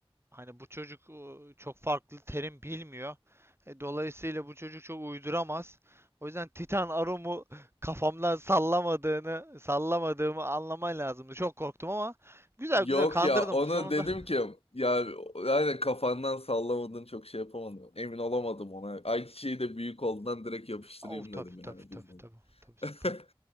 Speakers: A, on the right; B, on the left.
A: hani bu çocuk e, çok farklı terim bilmiyor. E, dolayısıyla bu çocuk çok uyduramaz. O yüzden Titan Arum'u kafamdan sallamadığını, sallamadığımı anlaman lazımdı. Çok korktum ama güzel
B: Yok
A: güzel kandırdım
B: ya ona
A: sonunda.
B: dedim ki ya yani kafandan sallamadın çok şey yapamadım Emin olamadım ona. Ayçiçeği de büyük olduğundan direkt yapıştırayım
A: Of
B: dedim
A: tabii tabii
B: yani bilmem.
A: tabii tabii. Tabii süper.
B: <laughs>